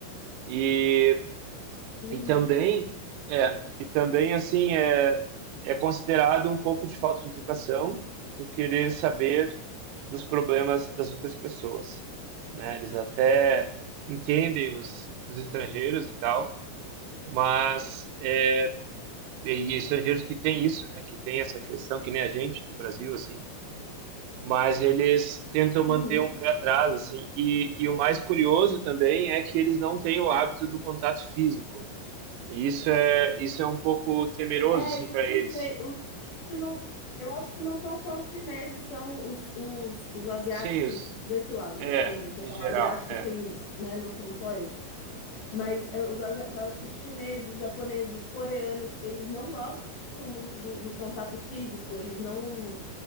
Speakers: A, on the right (about 85°); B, on the left (about 85°).
A: E
B: Uhum.
A: e também é, e também assim é, é considerado um pouco de falta de educação tu querer saber dos problemas das outras pessoas, né? Eles até entendem os, os estrangeiros e tal, mas é, e estrangeiros que têm isso, né? Que têm essa questão que nem a gente no Brasil assim, mas eles tentam manter
B: Uhum.
A: um pé atrás assim. E, e o mais curioso também é que eles não têm o hábito do contato físico. E isso é, isso é um pouco temeroso,
B: É,
A: assim,
B: isso
A: para eles.
B: eu sei. Os, isso não, eu acho que não são só os chineses, são os, os, os asiáticos
A: Sim, os,
B: desse lado, né?
A: é,
B: Porque tem, você
A: em
B: fala
A: geral,
B: asiáticos,
A: é,
B: tem, né? Não são só esses. Mas é, os, asi- eu acho que os chineses, os japoneses, os coreanos, eles não gostam muito do, do contato físico. Eles não.